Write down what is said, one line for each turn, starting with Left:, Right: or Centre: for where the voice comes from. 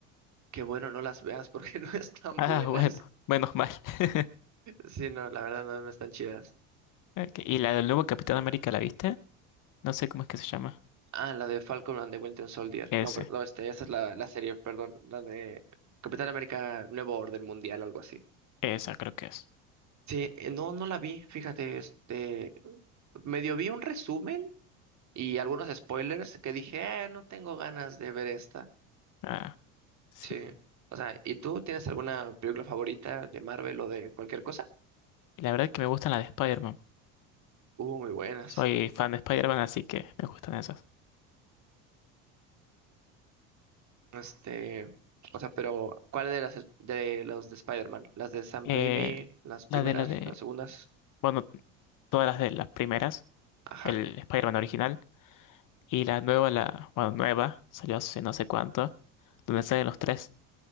Right: Qué bueno, no las veas porque <laughs> no están
Left: Ah,
Right: buenas.
Left: bueno, menos mal. <laughs>
Right: Sí, no, la verdad no, no están chidas.
Left: Ok, Y la del nuevo Capitán América, ¿la viste? No sé cómo es que se llama.
Right: Ah, la de Falcon and the Winter Soldier.
Left: Ese,
Right: No, perdón, no, este, esa es la, la serie, perdón, la de Capitán América Nuevo Orden Mundial, algo así.
Left: esa creo que es.
Right: Sí, eh, no, no la vi, fíjate, este, medio vi un resumen y algunos spoilers que dije, eh, no tengo ganas de ver esta.
Left: Ah, sí.
Right: Sí. O sea, ¿y tú tienes alguna película favorita de Marvel o de cualquier cosa?
Left: Y la verdad es que me gustan las de Spider-Man.
Right: Uh, muy buenas.
Left: Soy fan de Spider-Man, así que me gustan esas.
Right: Este, o sea, pero ¿cuáles de las es- de los de Spider-Man? ¿Las de Sam
Left: Eh,
Right: Raimi? ¿Las primeras?
Left: la de la de...
Right: ¿Las segundas?
Left: Bueno, todas las de las primeras.
Right: Ajá.
Left: el Spider-Man original, y la nueva, la, bueno, nueva, salió hace no sé cuánto, donde salen los tres.